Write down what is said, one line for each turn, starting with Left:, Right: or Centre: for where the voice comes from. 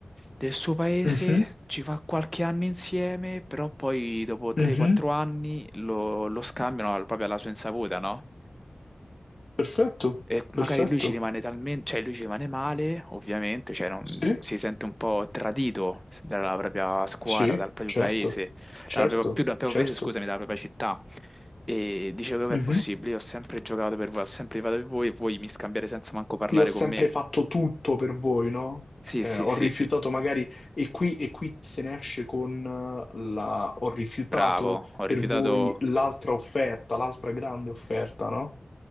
Centre: del suo paese,
Left: Mhm,
Centre: ci fa qualche anno insieme, però poi dopo 3-4
Left: mhm.
Centre: anni lo, lo scambiano al- proprio alla sua insaputa, no?
Left: Perfetto,
Centre: E
Left: perfetto.
Centre: magari lui ci rimane talmente, cioè lui ci rimane male, ovviamente, cioè non-
Left: Sì,
Centre: si sente un po' tradito dalla propria squadra,
Left: sì,
Centre: dal proprio
Left: certo,
Centre: paese,
Left: certo,
Centre: dalla propria- più dal proprio
Left: certo.
Centre: paese, scusami, dalla propria città. E dice, come
Left: Mhm.
Centre: è possibile? Io ho sempre giocato per voi, ho sempre rifiutato per voi e voi mi scambiate senza manco parlare
Left: Io ho sempre
Centre: con me.
Left: fatto tutto per voi, no?
Centre: Sì,
Left: Eh,
Centre: sì,
Left: ho
Centre: sì,
Left: rifiutato magari, e qui, e qui se ne esce con eh, la... Ho rifiutato
Centre: bravo, ho
Left: per
Centre: rifiutato...
Left: voi l'altra offerta, l'altra grande offerta, no?